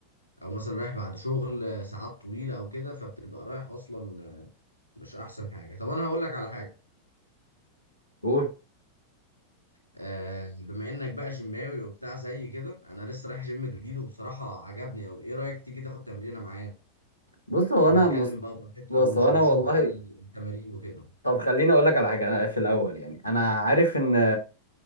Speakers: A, on the right (about 90°); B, on the left (about 85°).
A: او مثلا رايح بعد شغل آه، ساعات طويله او كده فبتبقى رايح اصلا مش احسن حاجه طب انا هقول لك على حاجه
B: قول
A: آه بما انك بقى جيماوي وبتاع زي كده انا لسه رايح جيم جديد وبصراحه عجبني اوي ايه رايك تيجي تاخد تمرينه معايا
B: بص هو
A: ونتكلم
B: انا
A: بقى براحتنا
B: بص
A: ونش-
B: هو
A: ونشوف
B: انا والله
A: بقى ال- التمارين وكده
B: طب خليني اقول لك على حاجه انا في الاول يعني انا عارف ان